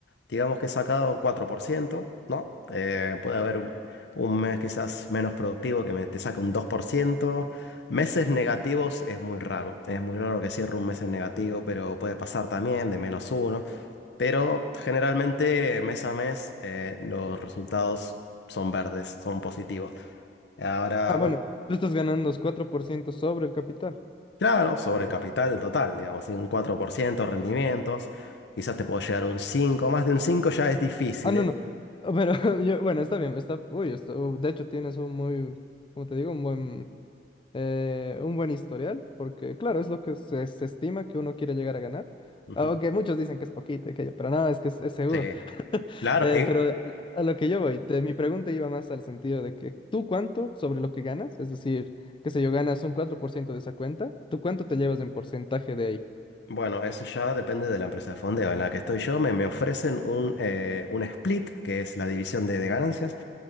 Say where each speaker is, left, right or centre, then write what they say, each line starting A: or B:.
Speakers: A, on the left; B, on the left.
A: digamos que he sacado 4%, ¿no? Eh, puede haber un, un mes quizás menos productivo que me, te saque un 2%. Meses negativos es muy raro, es muy raro que cierre un mes en negativo, pero puede pasar también de menos uno. Pero generalmente mes a mes eh, los resultados son verdes, son positivos. Ahora,
B: Ah, bueno,
A: bueno.
B: tú estás ganando 4% sobre el capital.
A: Claro, sobre
B: Oh,
A: el capital total, digamos, ¿sí? un 4% de rendimientos, quizás te puedo llegar a un 5, más de un 5 ya es difícil.
B: Ah, no,
A: es
B: no.
A: di-
B: Ah, Pero <laughs> yo, bueno, está bien, está, uy, está, uh, de hecho tienes un muy, como te digo, un buen eh, un buen historial, porque claro, es lo que se, se estima que uno quiere llegar a ganar.
A: Ujú.
B: Aunque muchos dicen que es poquito y aquello, pero no, es que es, es seguro.
A: Sí,
B: <laughs>
A: claro,
B: Eh,
A: eh,
B: pero a a lo que yo voy, te- mi pregunta iba más al sentido de que tú cuánto sobre lo que ganas, es decir, qué sé yo, ganas un 4% de esa cuenta, ¿tú cuánto te llevas en porcentaje de ahí?
A: bueno, eso ya depende de la empresa de fondeo en la que estoy yo, me, me ofrecen un, eh, un split, que es la división de, de ganancias,